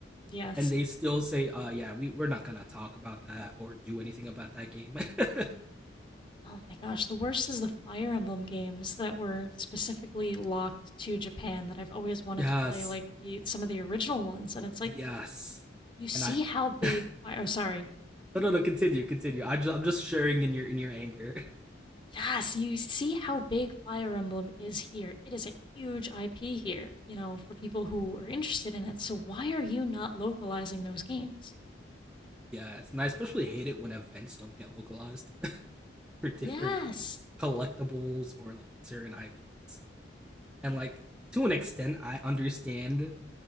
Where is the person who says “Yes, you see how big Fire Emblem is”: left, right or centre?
Left